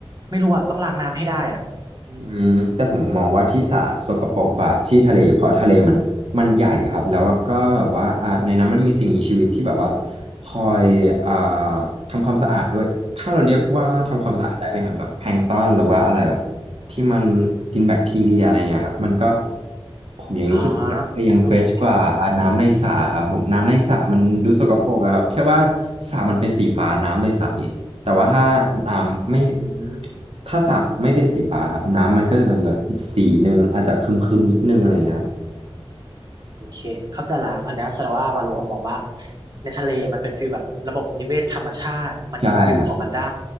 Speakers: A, on the right (about 40°); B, on the right (about 75°).
A: ไม่รู้อ่ะต้องล้างน้ำให้ได้อ่ะอืม
B: อืมแต่ผมมองว่าที่สระสกปรกกว่าที่ทะเลเพราะทะเลมันมันใหญ่อะครับแล้วก็แบบว่าอ่าในนั้นมันมีสิ่งมีชีวิตที่แบบว่าคอยอ่าทำความสะอาดด้วยถ้าเราเรียกว่าทำความสะอาดได้ไหมครับแบบแพลงก์ตอนหรือว่าอะไรแบบ
A: อ๋อ
B: ที่มันกินแบคทีเรียอะไรเงี้ยครับมันก็ผมยังรู้สึกว่ายังเฟรชกว่าอาน้ำในสระครับผมน้ำในสระมันดูสกปรกอะครับแค่ว่า
A: อ๋อโอเค
B: สระมันเป็นสีฟ้าน้ำเลยใส แต่ว่าถ้าน้ำไม่
A: อืม
B: ถ้าสระไม่เป็นสีฟ้าครับน้ำมันก็จะเป็นแบบอีกสีหนึ่งอาจจะครึมๆนิดนึงอะไรเงี้ยครับ
A: โอเคเข้าใจละอันเนี้ยแสดงว่าวาโลมองว่าในทะเลมันเป็นฟิลแบบระบบนิเวศธรรมชาติมันยังอยู่ของมันได้
B: ใช่ครับ